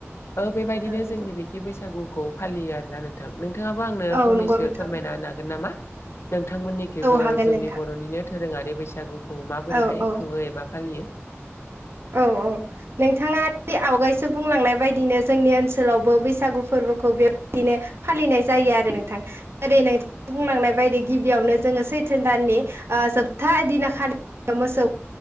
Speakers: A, on the left; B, on the right.
A: ओ बेबायदिनो
B: नोंथां नंगौ
A: जोंनि बेथिं बैसागुखौ फालियो आरोना नोंथां नोंथाङाबो आंनो
B: औ
A: फंनैसो
B: नंगौ नोंथां
A: फोरमायना होनो हागोन नामा नोंथांमोननिथिंबो
B: औ हागोन
A: जोंनि
B: नोंथां
A: बर'निनो दोरोङारि बैसागुखौ माबोरैहाय
B: औ औ
A: खुङो एबा फालियो
B: औ नोंथाङा आवगायसो बुंलांनाय बायदिनो जोंनि ओनसोलावबो बैसागु फोरबोखौ बे बिदिनो फालिनाय जायो आरो नोंथां बायदि नों बुंलांनाय बायदि गिबियावनो जोङो सैथोन दानि ओ जोब्था दिना खालि मोसौ औ